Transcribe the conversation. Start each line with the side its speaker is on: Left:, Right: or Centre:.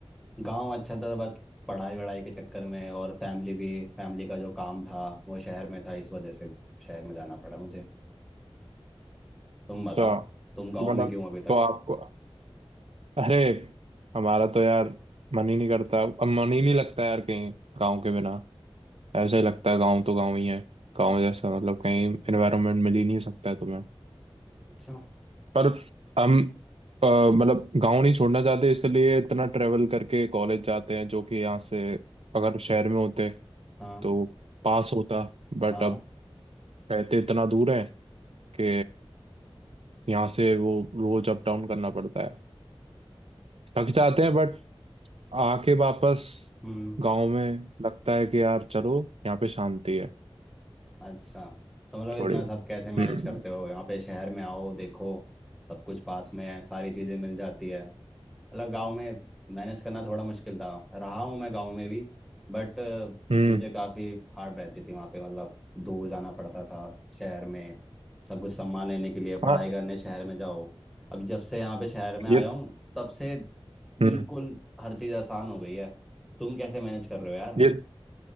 Centre: गांव अच्छा था बस पढ़ाई वढ़ाई के चक्कर में और फैमिली भी फैमिली का जो काम था वो शहर में था इस वजह से शहर में जाना पड़ा मुझे तुम
Right: अच्छा
Centre: बताओ
Right: तो
Centre: तुम गांव
Right: मतलब
Centre: में क्यों अभी तक
Right: तो आपको अरे हमारा तो यार मन ही नहीं करता अब मन ही नहीं लगता यार कहीं गांव के बिना ऐसा ही लगता है गांव तो गांव ही है गांव जैसा मतलब कहीं एनवायरनमेंट मिल ही नहीं सकता है तुम्हें
Centre: अच्छा
Right: पर हम अ, मतलब गांव नहीं छोड़ना चाहते इसलिए इतना ट्रेवल करके कॉलेज जाते हैं जो कि यहाँ से अगर शहर में होते
Centre: हाँ
Right: तो पास होता बट
Centre: हाँ
Right: अब रहते इतना दूर है कि यहाँ से वो रोज अप डाउन करना पड़ता है थक जाते हैं बट आके वापस
Centre: हम्म
Right: गांव में लगता है कि यार चलो यहाँ पे शांति है
Centre: अच्छा तो मतलब इतना
Right: थोड़ी
Centre: सब कैसे मैनेज
Right: हम्म
Centre: करते हो यहाँ पे शहर में आओ देखो सब कुछ पास में है सारी चीज़ें मिल जाती है मतलब गांव में मैनेज करना थोड़ा मुश्किल था रहा हूँ मैं गांव में भी बट
Right: हम्म
Centre: चीज़ें काफ़ी हार्ड रहती थी वहाँ पे मतलब दूर जाना पड़ता था शहर में सब कुछ सम्मान लेने के लिए पढ़ाई
Right: हाँ
Centre: करने शहर में जाओ अब जब से यहाँ पे शहर में आया
Right: ये
Centre: हूँ तब से बिल्कुल
Right: हम्म
Centre: हर चीज़ आसान हो गई है तुम कैसे मैनेज कर रहे हो यार
Right: ये